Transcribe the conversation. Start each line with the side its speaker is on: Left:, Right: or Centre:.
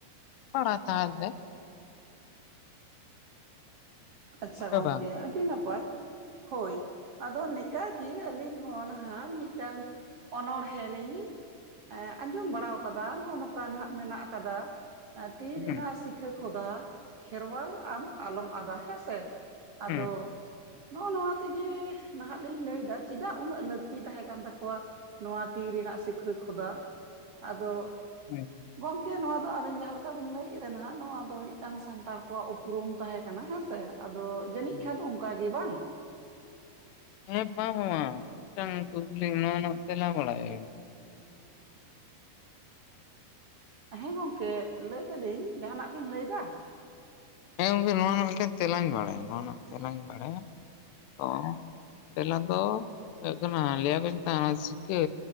Left: ᱠᱚᱲᱟᱭ ᱛᱟᱦᱮᱱ ᱛᱮ
Right: ᱟᱪᱪᱷᱟ
Left: ᱦᱮᱸ
Right: ᱜᱚᱝᱠᱮ
Left: ᱵᱟᱝ
Right: ᱟᱹᱰᱤ ᱱᱟᱯᱟᱭ ᱦᱳᱭ ᱟᱫᱚ ᱱᱮᱠᱟᱜᱮ ᱟᱹᱞᱤᱧ ᱦᱚᱸ ᱱᱟᱦᱟᱜ ᱢᱤᱫᱴᱟᱝ ᱚᱱᱚᱬᱦᱮᱸ ᱞᱤᱧ ᱮ ᱟᱸᱡᱚᱢ ᱵᱟᱲᱟ ᱠᱟᱫᱟ ᱱᱚᱜᱼᱚ ᱱᱚᱝᱠᱟ ᱦᱟᱸᱜ ᱢᱮᱱᱟᱜ ᱠᱟᱫᱟ᱾ ᱛᱤ
Left: ᱦᱩᱸ
Right: ᱨᱮᱱᱟᱜ ᱥᱤᱠᱷᱟᱹ ᱠᱷᱚᱫᱟ ᱠᱷᱮᱨᱣᱟᱞ ᱟᱢ ᱟᱞᱚᱢ ᱟᱫᱟ ᱦᱮᱸᱥᱮ ᱟᱫᱚ
Left: ᱦᱩᱸ
Right: ᱱᱚᱜᱼᱚ ᱱᱚᱣᱟ ᱛᱮᱜᱮ ᱱᱟᱦᱟᱜ ᱞᱤᱧ ᱞᱟᱹᱭᱫᱟ ᱪᱮᱫᱟᱜ ᱩᱱᱟᱹᱜ ᱞᱟᱹᱠᱛᱤ ᱛᱟᱦᱮᱸ ᱠᱟᱱ ᱛᱟᱠᱚᱣᱟ᱾ ᱱᱚᱣᱟ ᱛᱤ ᱨᱮᱱᱟᱜ ᱥᱤᱠᱷᱟᱹ ᱠᱷᱚᱫᱟ ᱟᱫᱚ
Left: ᱦᱮᱸ
Right: ᱜᱚᱝᱠᱮ ᱱᱚᱣᱟ ᱫᱚ ᱟᱵᱤᱱ ᱡᱟᱦᱟᱸ ᱞᱮᱠᱟ ᱵᱤᱱ ᱞᱟᱹᱭ ᱠᱮᱫᱟ ᱱᱟᱦᱟᱜ ᱱᱚᱣᱟ ᱫᱚ ᱢᱤᱫᱴᱟᱝ ᱥᱟᱱᱛᱟᱲ ᱠᱚᱣᱟᱜ ᱩᱯᱨᱩᱢ ᱛᱟᱦᱮᱸ ᱠᱟᱱᱟ ᱦᱮᱸᱥᱮ ᱟᱫᱚ ᱡᱟᱹᱱᱤᱡ
Left: ᱦᱩᱸ
Right: ᱠᱷᱟᱱ ᱚᱱᱠᱟ ᱜᱮ ᱵᱟᱝ
Left: ᱦᱮᱸ ᱯᱟ ᱯᱟᱲᱟᱝ ᱢᱤᱫᱴᱟᱝ ᱠᱩᱠᱞᱤ <unintelligible>
Right: ᱦᱮᱸ ᱜᱚᱝᱠᱮ ᱞᱟᱹᱭ ᱫᱟᱞᱤᱧ ᱡᱟᱦᱟᱸᱱᱟᱜ ᱵᱤᱱ ᱞᱟᱹᱭ ᱮᱫᱟ᱾
Left: ᱦᱮᱸ ᱜᱚᱝᱠᱮ ᱱᱚᱣᱟ ᱨᱮᱱᱟᱜ ᱢᱤᱫᱴᱮᱱ ᱛᱮᱞᱟᱧ ᱵᱟᱲᱟᱭᱟ ᱱᱚᱣᱟ ᱨᱮᱱᱟᱜ ᱛᱮᱞᱟᱧ ᱵᱟᱲᱟᱭᱟ᱾ ᱚ ᱛᱮᱞᱟ ᱫᱚ ᱦᱩᱭᱩᱜ ᱠᱟᱱᱟ ᱞᱟᱹᱭ ᱵᱮᱱ ᱛᱟᱦᱮᱜ-ᱟ ᱥᱤᱠᱷᱟᱹ